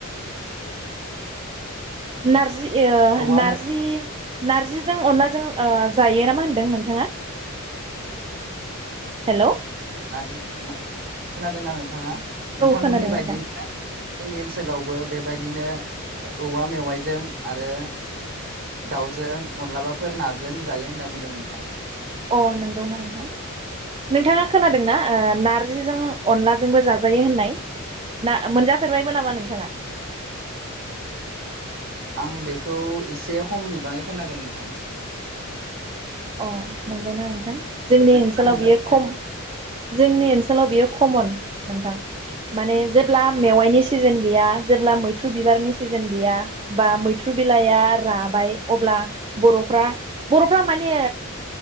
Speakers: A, on the right; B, on the right.
A: नारजि यो
B: औवा
A: नारजि
B: मेव
A: नारजिजों अनलाजों ओ जायो नामा होनदों नोंथाङा हेल
B: नारजि खोनादोंना नोंथाङा? नोंथांमोननि
A: खोनादों
B: बायदिनो
A: नोंथां
B: जोंनि ओनसोलाव बो बेबायदिनो औवा मेवाइजों आरो दाउजों माब्लाबाफोर नाजों जायो होनना बुंदों नोंथां।
A: अ नंगौना नोंथां नोंथाङा खोनादोंना ओ नारजिजों अनलाजोंबो जाजायो होननाय ना मोनजाफेरबायबो नामा नोंथाङा?
B: आं बेखौ एसे खम बिबाङै खोनादों नोंथां।
A: अ नंगौनो नोंथां। जोंनि
B: नोंथाङा
A: ओनसोलाव
B: मोनजाफेरबाय
A: बियो म जोंनि ओनसोलाव बियो कमन। नोंथां माने जेब्ला मेवाइनि सिजेन गैया जेब्ला मैथ्रु बिबारनि सिजोन गैया बा मैथ्रु बिलाइआ राबाय अब्ला बर' बरफ्रा मानि ओ